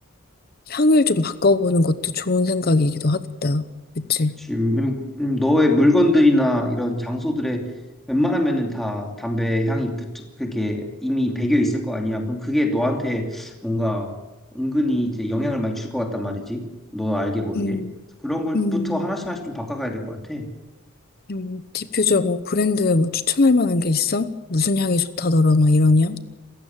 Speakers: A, on the left; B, in the centre.
A: 향을 좀 바꿔보는 것도 좋은 생각이기도 하겠다. 그치?
B: 지금 너의 물건들이나 이런 장소들에 웬만하면은 다 담배 향이 붙어 그게 이미 배겨 있을 거 아니야. 그럼 그게 너한테 뭔가 은근히 이제 영향을 많이 줄 것 같단 말이지. 너 알게 모르게.
A: 음,
B: 그래서 그런 걸부터
A: 음,
B: 하나씩 하나씩 좀 바꿔가야 될 것 같아.
A: 음, 디퓨저 뭐 브랜드 뭐 추천할 만한 게 있어? 무슨 향이 좋다더라, 막 이런 향?